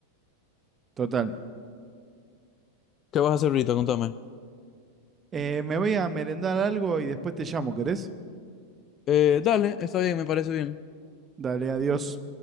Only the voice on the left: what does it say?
¿Qué vas a hacer ahorita? Contame.
Eh, dale, está bien, me parece bien.